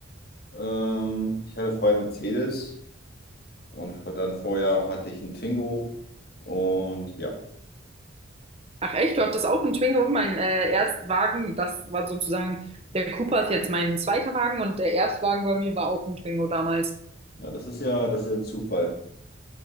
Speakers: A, on the left (about 50°); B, on the right (about 30°).
A: Ähm, ich hatte vorher einen Mercedes und vor- dann vorher hatte ich einen Twingo. Und ja,
B: Ach echt, du hattest auch einen Twingo. Mein äh, Erstwagen, das war sozusagen, der Cupra ist jetzt mein zweiter Wagen und der Erstwagen bei mir war auch ein Twingo damals.
A: ja, das ist ja, das ist ja ein Zufall.